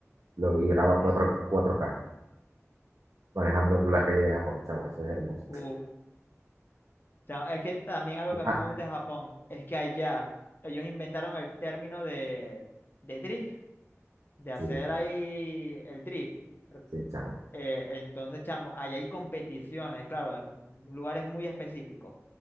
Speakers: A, on the right; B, on the left.
A: lo, y graba
B: Ujú.
A: cuatro cuatro k manejando
B: Uf,
A: por la calle de Japón, chamo, eso es hermoso.
B: uf. O es que también algo que a
A: Ah,
B: mí me gusta de Japón es que allá ellos inventaron el término de, de drift, de hacer
A: sí,
B: ahí el drift. R-
A: Sí, chavo.
B: eh, entonces, chamo, allá hay competiciones, claro, en lugares muy específicos